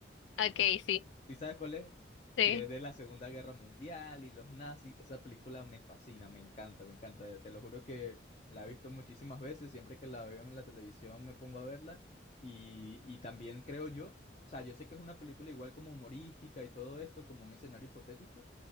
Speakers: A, on the left (about 80°); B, on the left (about 35°).
A: Ok,
B: No sé si,
A: sí,
B: si sabes cuál es,
A: sí,
B: que es de la Segunda Guerra Mundial y los nazis. Esa película me fascina, me encanta, me encanta. Te lo juro que la he visto muchísimas veces. Siempre que la veo en la televisión me pongo a verla. Y, y también creo yo, o sea, yo sé que es una película igual como humorística y todo esto, como un escenario hipotético,